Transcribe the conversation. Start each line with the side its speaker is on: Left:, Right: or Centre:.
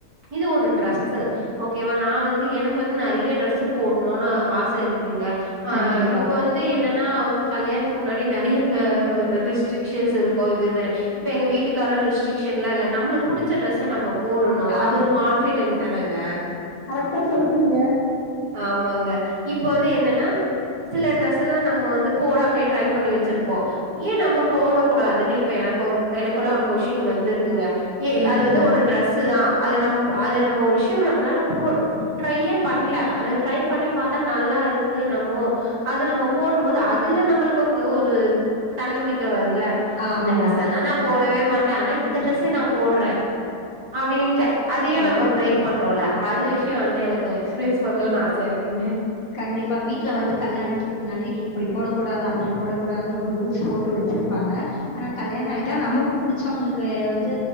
Right: இது ஒரு ட்ரெஸ்சு ஓகே வ நான வந்து எனக்கு வந்து நெறைய டிரெஸ் போடணும்னு ஆச இருக்குங்க ஆ
Left: கண்டிப்பா.
Right: இப்போ வந்து என்னனா ன கல்யாணத்துக்கு முன்னாடி நெறைய ரெஸ்ட்ரிகஷன்ஸ் இருக்கு இதுஇதுனு இப்ப எங்க வீட்டுக்கார ரெஸ்டரிக்ஷன் எல்ல இல்ல நம்ம பிடிச்ச டிரரெஸ்ஸ நம்ம போடணும்
Left: ஆமா.
Right: அது ஒரு கான்பிடென்ட் தானேங்க
Left: கரெக்ட்டா சொல்றீங்க.
Right: ஆமாங்க இப்போ வந்து என்னன்னா சில ட்ரெஸ்ஸல்லாம் நம்ம வந்து போடாமே ட்ரை பண்ணி வச்சிருப்போம் ஏன் நம்ம போட கூடாதுன்னு இப்ப எனக்கு ஒரு எனக்குள்ள ஒரு கொஷின் வந்துருக்குங்க ஏ
Left: ம்.
Right: அது வந்து ஒரு ட்ரெஸுதான் அது நம் அது நம்ம ஒரு விஷயம் நம்மளால போ ட்ரையே பண்ணல அத ட்ரை பண்ணி பாத்தா நல்லா இருக்கு நம்மோ அது நம்ம போடும் போது அதுல நம்மளுக்கு ஒரு ஒரு தன்னம்பிக்கை வருல
Left: ஆமா.
Right: இந்த டிரேஸ்லாம் னா போடவே மாட்டேன் ஆனா இந்த டிரெஸ்ஸே நான போட்றேன் அப்படின்ட்டு
Left: கண்டிப்பா,
Right: அதையும்
Left: கண்டிப்பா.
Right: நம்ம பிரேக் பண்றோம்ல அது விஷயம் வந்து எனக்கு எக்ஸ்பீரியன்ஸ் பண்ணணும்ன்னு ஆசையா இருக்குங்க
Left: கண்டிப்பா வீட்டுல வந்து கல்யாணத்துக்கு முன்னாடி நீ இப்படி போடக்க கூடாது அப்படி போடக்க கூடாதுன்னு ஒரு ரூல்ஸ் போட்டு வச்சிருப்பாங்க ஆனா கல்யாணம் ஆயிட்டா நமக்கு புடிச்சவங்களுக்கு வந்து